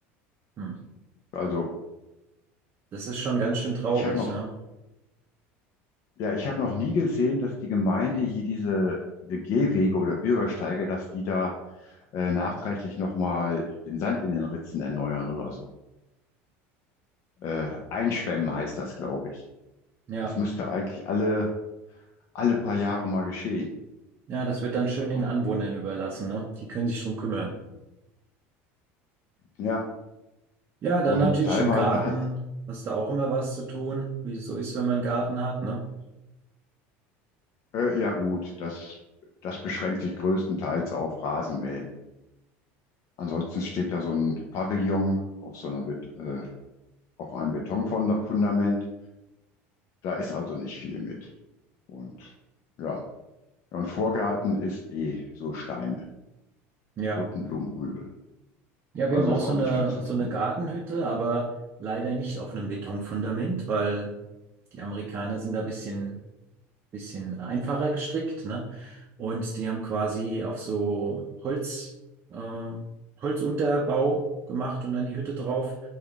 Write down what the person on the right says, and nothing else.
Hm.
Das ist schon ganz schön traurig,
ne?
Ja,
ja, das wird dann schön
den Anwohnern überlassen, ne? Die können sich drum kümmern.
Ja, dann
natürlich
im Garten.
Hast du auch immer was zu tun, wie es so ist, wenn man einen Garten hat, ne?
Ja.
Ja,
wir haben auch
so
eine,
so eine Gartenhütte, aber leider nicht auf einem Betonfundament, weil die Amerikaner sind da ein bisschen, bisschen einfacher gestrickt, ne? Und die haben quasi auf so Holz, äh, Holzunterbau gemacht und dann die Hütte drauf.